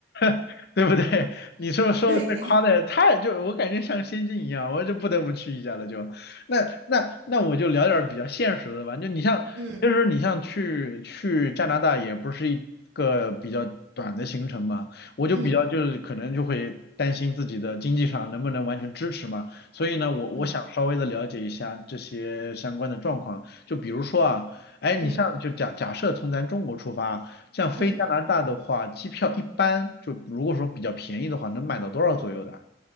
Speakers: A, on the left; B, on the right.
A: <laughs> 对不对？你说说的这夸的太就我感觉像仙境一样，
B: 对。
A: 我就不得不去一下了就。那那那我就聊点儿比较现实的吧，就你像其实你像去去加拿大也不是一个比较短的行程嘛，
B: 嗯
A: 我就比较就是可能就会担心自己的经济上能不能完全支持嘛，
B: 嗯
A: 所以呢我我想稍微的了解一下这些相关的状况，
B: 嗯
A: 就比如说啊，哎你像就假假设从咱中国出发。
B: 嗯
A: 像飞加拿大的话，
B: 嗯。嗯
A: 机票一般就如果说比较便宜的话，能买到多少左右的啊